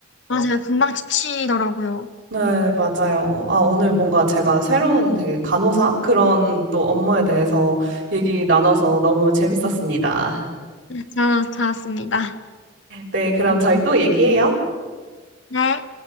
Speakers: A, on the left (about 75°); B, on the right (about 80°).
A: 어, 맞아요. 금방 지치더라고요.
B: 네, 맞아요. 아, 오늘 뭔가 제가 새로운 되게 간호사? 그런 또 업무에 대해서 얘기 나눠서 너무 재밌었습니다.
A: 네, 잘, 잘았습니다.
B: 네, 그럼 저희 또 얘기해요.
A: 네.